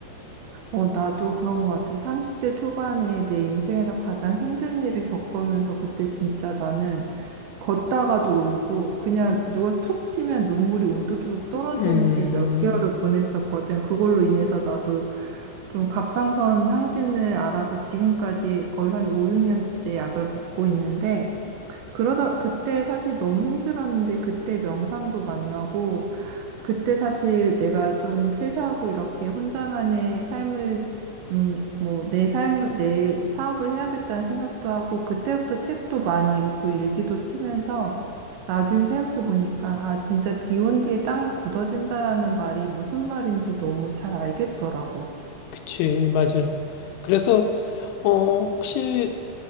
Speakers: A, on the right; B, on the left.
A: 어, 나도 그런 것 같아. 30대 초반에 내 인생에서 가장 힘든 일을 겪으면서 그때 진짜 나는 걷다가도 울고 그냥 누가 툭 치면 눈물이 우두둑 떨어지는
B: 음,
A: 게 몇 개월을 보냈었거든. 그걸로 인해서 나도 좀 갑상선 항진을 알아서 지금까지 거의 한 5, 6년째 약을 먹고 있는데 그러다 그때 사실 너무 힘들었는데 그때 명상도 만나고 그때 사실 내가 좀 퇴사하고 이렇게 혼자만의 삶을 음, 뭐, 내 삶을, 내 사업을 해야겠다는 생각도 하고, 그때부터 책도 많이 읽고 일기도 쓰면서, 나중에 생각해보니까, 아, 진짜 비온 뒤에 땅이 굳어진다라는 말이 무슨 말인지 너무 잘 알겠더라고.
B: 그치, 맞아. 그래서, 어, 혹시